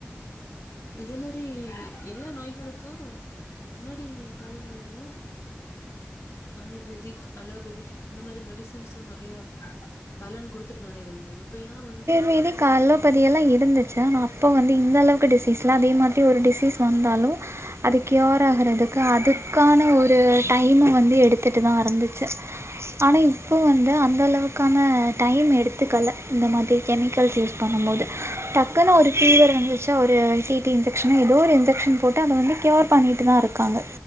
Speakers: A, on the left; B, on the right.
A: இதே மாரி எல்லா நோய்களுக்கு முன்னாடி காலங்கள்லையு ஆயுர்வேதிக் அலோபெதிக் இந்த மாரி மெடிசன்சு நறையா பலன் குடுத்துட்டு தானே இருந்து இப்ப ஏன் வந்து
B: ப்பிவே கலோபதியெல்லா இருந்துச்சு ஆனா அப்போ வந்து இந்த அளவுக்கு டிசீஸ்லா அதே மாதிரி ஒரு டிசீஸ் வந்தாலு அது க்யூர் ஆகறதுக்கு அதுக்கான ஒரு டைம வந்து எடுத்துட்டு தா இருந்துச்சு ஆனா இப்போ வந்து அந்த அளவுக்கான டைம் எடுத்துக்கல இந்த மாரி கெமிக்கல்ஸ் யூஸ் பண்ணும் போது டக்குன்னு ஒரு ஃபீவர் வந்துச் ஒரு டிடி இன்ஜெக்ஷன் ஏதோ ஒரு இன்ஜெக்ஷன் போட்டு அத வந்து கியூர் பண்ணிட்டு தா இருக்காங்க